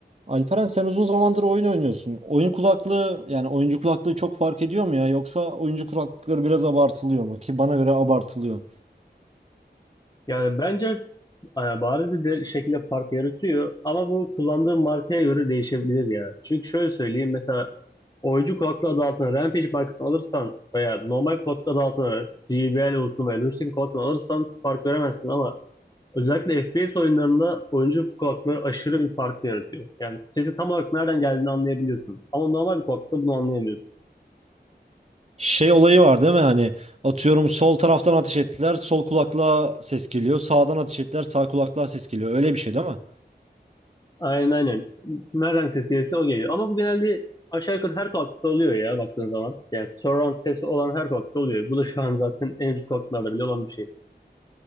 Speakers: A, on the right (about 40°); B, on the left (about 20°).
A: Alperen sen uzun zamandır oyun oynuyorsun. Oyun kulaklığı yani oyuncu kulaklığı çok fark ediyor mu ya? Yoksa oyuncu kulaklıkları biraz abartılıyor mu? Ki bana göre abartılıyor.
B: Yani bence e, bariz bir şekilde fark yaratıyor ama bu kullandığım markaya göre değişebilir ya. Çünkü şöyle söyleyeyim mesela oyuncu kulaklığı adı altına Rampage markasını alırsan veya normal kulaklığı adı altına JBL olsun veya Lushing kulaklığını alırsan fark veremezsin ama özellikle FPS oyunlarında oyuncu kulaklığı aşırı bir fark yaratıyor. Yani sesi tam olarak nereden geldiğini anlayabiliyorsun ama normal bir kulaklıkta bunu anlayamıyorsun.
A: Şey olayı var değil mi? Hani atıyorum sol taraftan ateş ettiler, sol kulaklığa ses geliyor. Sağdan ateş ettiler, sağ kulaklığa ses geliyor. Öyle bir şey değil mi?
B: Aynen aynen. Nereden ses gelirse o geliyor. Ama bu genelde aşağı yukarı her kulaklıkta oluyor ya baktığın zaman. Yani surround sesi olan her kulaklıkta oluyor. Bu da şu an zaten en üst kulaklıklarda bile olan bir şey.